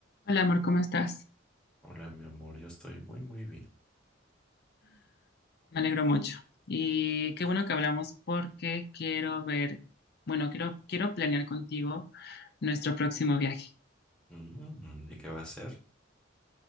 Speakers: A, on the left; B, in the centre.
A: Hola amor, ¿cómo estás?
B: Hola, mi amor, yo estoy muy, muy bien.
A: Me alegro mucho. Y qué bueno que hablamos porque quiero ver, bueno, quiero, quiero planear contigo nuestro próximo viaje.
B: Mm, ¿y qué va a ser?